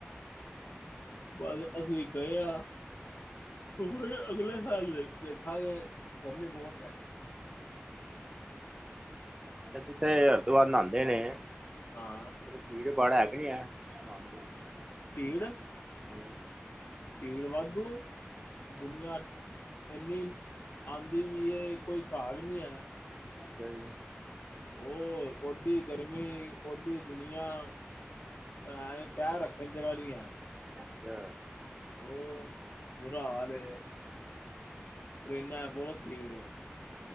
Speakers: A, on the left; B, on the right.
A: ਬਸ ਅਸੀਂ ਗਏ ਆਂ ਤੇ ਹੁਨ ਅਗਲੇ ਸਾਲ ਈ ਦੇਖ, ਦੇਖਾਂਗੇ ਗਰਮੀ ਬੋਤ ਪੈ ਰਹੀ ਐ।
B: ਜਿੱਥੇ ਹਰਿਦੁਆਰ ਨਹਾਂਦੇ ਨੇ
A: ਹਾਂ
B: ਓਥੇ ਭੀੜ ਭਾੜ ਹੈ ਕੇ ਨਹੀਂ ਹੈ ਨਹਾਣ ਦੀ ਹੂੰ।
A: ਭੀੜ ਭੀੜ ਵਾਧੂ, ਦੁਨੀਆਂ ਏਨੀ ਆਂਦੀ ਵੀ ਏ, ਕੋਈ ਹਿਸਾਬ ਹੀ ਨੀ ਐ।
B: ਅੱਛਾ ਜੀ।
A: ਹੋਰ ਓਡੀ ਗਰਮੀ, ਓਡੀ ਦੁਨੀਆਂ। <unintelligible> ਪੈਰ ਰੱਖਨ ਜਗਹ ਨੀ ਐ।
B: ਅੱਛਾ।
A: ਉਹ ਬੁਰਾ ਹਾਲ ਏ। ਟਰੇਨਾਂ ਬੋਤ ਭੀੜ ਏ।